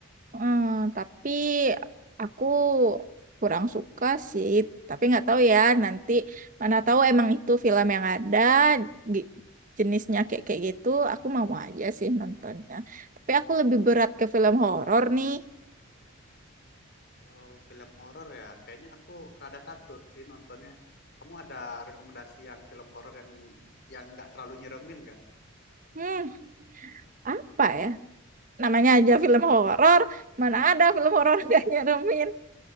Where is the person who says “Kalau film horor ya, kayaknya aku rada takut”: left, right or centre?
Left